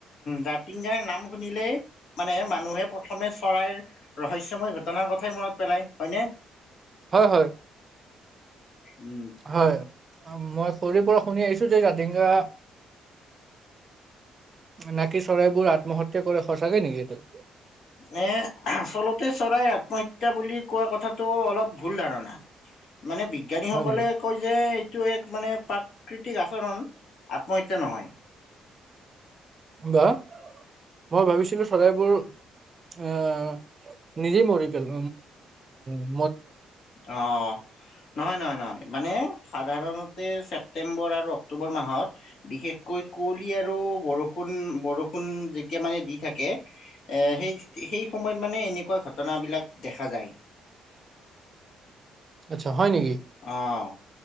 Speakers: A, on the left (about 65°); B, on the right (about 35°).
A: জাতিংগাৰ নাম শুনিলেই মানে মানুহে প্ৰথমে চৰাইৰ ৰহস্যময় ঘটনাৰ কথাই মনত পেলায় হয়নে?
B: হয় হয়
A: উম
B: হয় মই সৰিব শুনি আহিছো যে জাটিংগা নাকি চৰাইবোৰ আত্মহত্যা কৰে সঁচাকে নেকি এইটো?
A: নে আচলতে চৰাই আত্মহত্যা বুলি কোৱা কথাটো অলপ ভুল ধাৰণা। মানে বিজ্ঞানীসকলে
B: হয় নেকি
A: কয় যে এইটো এক মানে পাক প্ৰাকৃতিক আচৰণ আত্মহত্যা নহয়।
B: বা মই ভাবিছিলো চৰাইবোৰ আহ নিজেই মৰি পেলো আ
A: অ নহয় নহয় নহয় মানে সাধাৰণতে ছেপ্তেম্বৰ আৰু অক্টোবৰ মাহত বিশেষকৈ কুৱলি আৰু বৰষুণ বৰষুণ যেতিয়া মানে দি থাকে এ সেই সেই সময়ত মানে এনেকুৱা ঘটনা বিলাক দেখা যায়।
B: আচ্ছা হয় নেকি
A: অঁ